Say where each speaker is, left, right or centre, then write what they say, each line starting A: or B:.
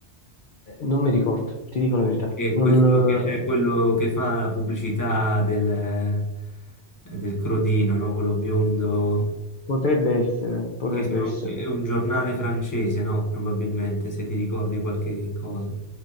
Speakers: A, on the left; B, on the left.
A: Eh, non mi ricordo, ti dico la verità.
B: Che
A: Non,
B: questo che c'è quello
A: eh,
B: che fa la pubblicità del, del Crodino, no? Quello biondo,
A: potrebbe essere, potrebbe
B: che sono-
A: essere.
B: è un giornale francese, no? Probabilmente, se ti ricordi qualche cosa.